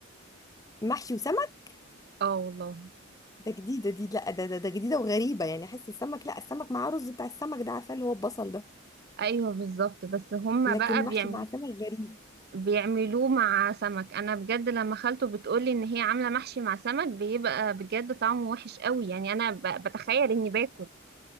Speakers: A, on the left; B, on the right.
A: محشي وسمك
B: اه والله
A: ده جديده دي لا ده ده, ده جديده وغريبه يعني احس السمك لا السمك معاه رز بتاع السمك ده عارفه اللي هو البصل ده
B: ايوه بالظبط بس هما
A: لكن
B: بقى
A: محشي
B: بيعمل
A: مع سمك غريب
B: بيعملوه مع سمك انا بجد لما خالته بتقولي ان هي عامله محشي مع سمك بيبقى بجد طعمه وحش قوي يعني انا ب- بتخيل اني باكل